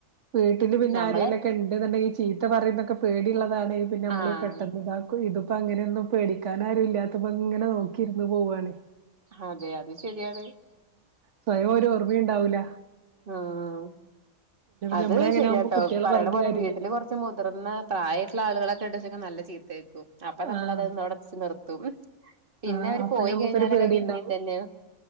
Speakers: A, on the right; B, on the right.
A: വീട്ടില് പിന്നെ
B: നമ്മള്
A: ആരേലൊ ക്കെ ഇണ്ട്ന്ന്ണ്ടെങ്കി ചീത്ത പറയുന്നൊക്കെ പേടിയള്ളതാണെ പിന്നെ അമ്മള്
B: ആഹ്
A: പെട്ടെന്ന്ത ഇതിപ്പോ അങ്ങനെന്നും പേടിക്കാനാരുംല്ലാത്തപ്പോ ഇങ്ങനെ നോക്കിരിന്ന് പോവണെയ്
B: അതെ അത് ശെരിയാണ്
A: സ്വയം ഒരു ഓർമ്മിണ്ടാവൂല.
B: ആഹ് ആഹ് അത്
A: ഞമ്മളെ അങ്ങനെ
B: ശരിയാട്ടോ
A: ആകുമ്പോ കുട്ടികളെ
B: പറയ്ണ
A: പറഞ്ഞിട്ട്
B: പോലെ
A: കാര്യല്ലല്ലോ
B: വീട്ടില് കൊർ ച്ച് മുതിർന്ന പ്രായായ്ട്ട്ള്ള ആളുകളൊക്കെ ഇണ്ട്ചേക്കെ നല്ല ചീത്തേക്കും അപ്പ നമ്മള
A: ആഹ്
B: അത്ന്ന് അവിടെച്ച് നിർത്തും പിന്നെ
A: ആഹ്
B: അവര്
A: അപ്പൊ
B: പോയി
A: ഞമ്മക്കൊരു
B: കഴിഞ്ഞാലൊക്കെ
A: പേടിണ്ടാവും
B: പിന്നിം ഇതന്നെയ